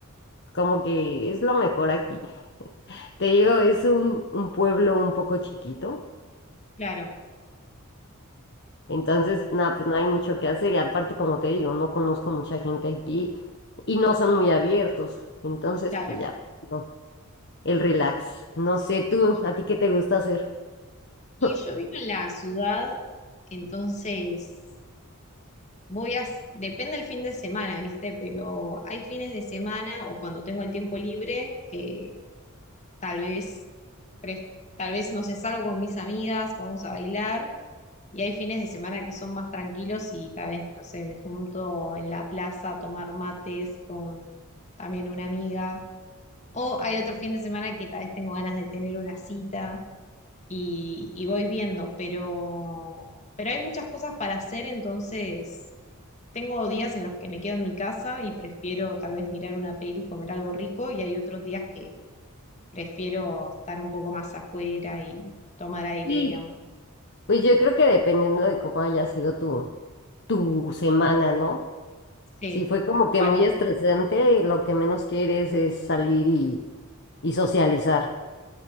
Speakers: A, on the left (about 50°); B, on the left (about 30°).
A: como que es lo mejor aquí. <laughs> Te digo, es un, un pueblo un poco chiquito,
B: claro,
A: entonces nada, pues no hay mucho que hacer y aparte como te digo, no conozco mucha gente aquí y no son muy abiertos, entonces
B: claro.
A: pues ya, no, el relax. No sé tú, ¿a ti qué te gusta hacer?
B: Y yo
A: <laughs>
B: vivo en la ciudad, entonces voy a, s- depende el fin de semana, ¿viste? Pero hay fines de semana o cuando tengo el tiempo libre que tal vez, pref- tal vez, no sé, salgo con mis amigas, vamos a bailar, y hay fines de semana que son más tranquilos y tal vez, no sé, me junto en la plaza a tomar mates con también una amiga, o hay otro fin de semana que tal vez tengo ganas de tener una cita y, y voy viendo, pero, pero hay muchas cosas para hacer, entonces tengo días en los que me quedo en mi casa y prefiero tal vez mirar una peli y comer algo rico, y hay otros días que prefiero estar un poco más afuera y tomar aire,
A: Sí,
B: digamos.
A: Pues yo creo que dependiendo de cómo haya sido tu, tu semana, ¿no?
B: Sí,
A: Si fue como
B: tal
A: que
B: cual.
A: muy estresante, lo que menos quieres es salir y, y socializar.